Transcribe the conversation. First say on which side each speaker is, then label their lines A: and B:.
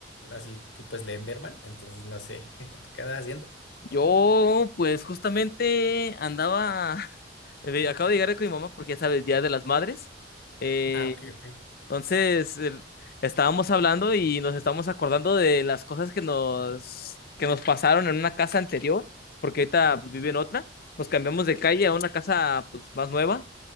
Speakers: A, on the left; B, on the left.
A: Así tipo Slenderman. Entonces no sé, <laughs> ¿tú qué andas haciendo?
B: Yo, pues justamente andaba, <laughs> de- acabo de llegar con mi mamá porque ya sabes, Día de las Madres. Eh,
A: Ah, ok, ok.
B: entonces, eh, estábamos hablando y nos estábamos acordando de las cosas que nos, que nos pasaron en una casa anterior, porque ahorita pues, vive en otra. Nos cambiamos de calle a una casa pues más nueva.